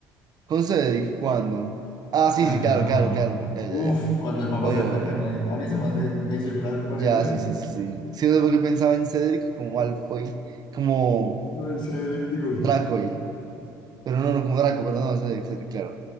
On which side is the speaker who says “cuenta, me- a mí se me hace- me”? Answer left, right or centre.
Left